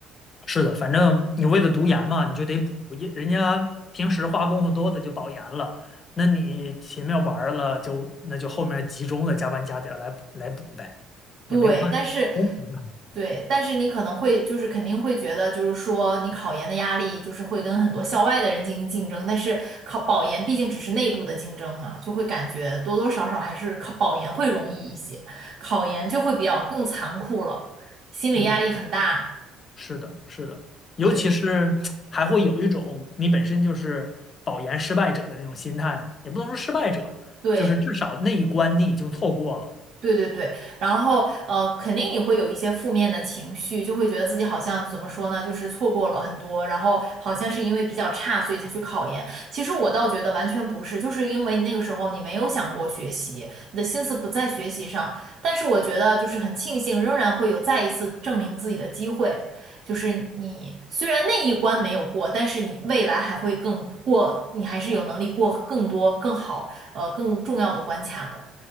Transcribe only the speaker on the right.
对，
但是
对，但是你可能会就是肯定会觉得，就是说你考研的压力就是会跟很多校外的人进行竞争，但是考保研毕竟只是内部的竞争嘛，就会感觉多多少少还是考保研会容易一些，考研就会比较更残酷了，心理压力很大。
对
对。
对对对，然后呃，肯定你会有一些负面的情绪，就会觉得自己好像怎么说呢，就是错过了很多，然后好像是因为比较差，所以才去考研。其实我倒觉得完全不是，就是因为你那个时候你没有想过学习，你的心思不在学习上。但是我觉得就是很庆幸，仍然会有再一次证明自己的机会。就是你虽然那一关没有过，但是你未来还会更过，你还是有能力过更多、更好、呃更重要的关卡的。